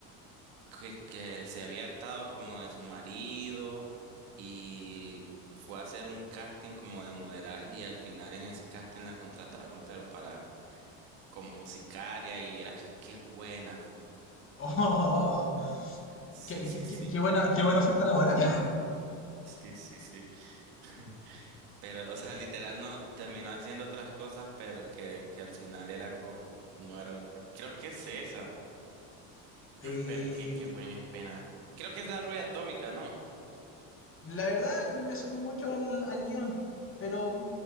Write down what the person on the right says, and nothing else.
que, que se había hartado como de su marido y fue a hacer un casting como de modelaje y al final en ese casting la contrataron pero para como sicaria y vieras qué buena.
Sí,
sí,
sí.
Sí, sí, sí. <laughs> Pero, o sea, literal no terminó haciendo otras cosas, pero que, que al final era como, no era lo que- Creo que es esa,
pero qué, qué buen es pena. Creo que es la rubia
atómica, ¿no?